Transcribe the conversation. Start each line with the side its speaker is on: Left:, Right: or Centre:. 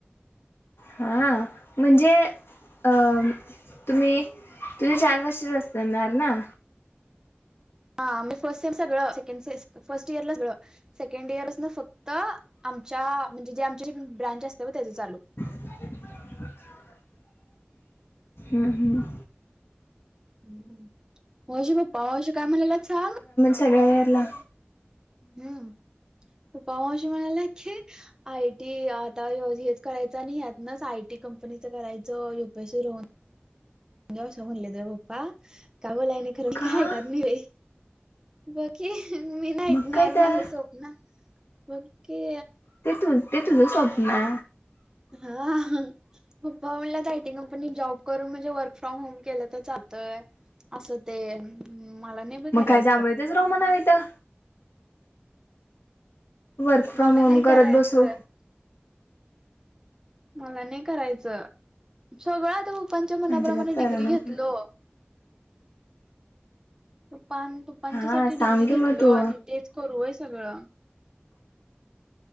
Left: हा म्हणजे अ तुम्ही तुझे चार वर्षच असताणार ना
Right: हाजे फर्स्ट सेम सगळं सेक स फर्स्ट इयरला सगळं सेकंड इयर ना फक्त आम म्हणजे जे आम ब्रांच असते त्या चालू
Left: <inaudible> हम् हम्म
Right: हम्म मश पप्पाश काय म्हणाला सांग
Left: सगळ याला
Right: हम्म पप्पा मावशी म्हणाल्या की आयटी आता हेच करायच आणि ह्यातनच आयटी कंपनीचं करायचं युपीएसीन म्हणजे असं म्हणले तर पप्पा काग लाहेने करुन
Left: का
Right: काय करनार आहे बाकी मी नाही
Left: मग
Right: नॉर्मल
Left: काय तर
Right: स्वप्न बगकी
Left: ते तु ते तुझं स्वप्न
Right: हा पप्पा म्हणलं आयटी कंपनीत जॉब करून म्हणजे वर्क फ्रॉम होम केलं तर चालत.
Left: <inaudible>
Right: असं ते मला ने ब
Left: मग
Right: करायच.
Left: काय जांभळीतच राहू म्हणावं इथं वर्क फ्रॉम
Right: मला
Left: होम
Right: नाही
Left: घरात
Right: करायचं
Left: बसू
Right: मला नाही करायचं सगळं आता खूप पप्पांच्या मना
Left: अजिबात
Right: प्रमाणे
Left: करा
Right: डिग्री घेतलो
Left: नको
Right: पप्पान प्पांच्या
Left: हां
Right: साठी
Left: सांग
Right: डिग्री
Left: की
Right: घेतलो
Left: मग तू
Right: आणि तेच करूय सगळं